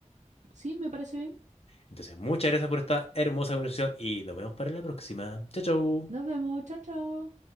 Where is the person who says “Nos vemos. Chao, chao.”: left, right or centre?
Right